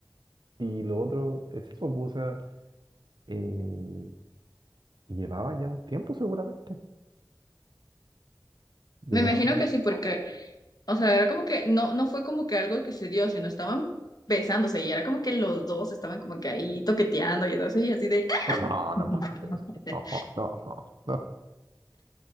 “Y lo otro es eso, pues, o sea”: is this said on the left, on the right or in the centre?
Right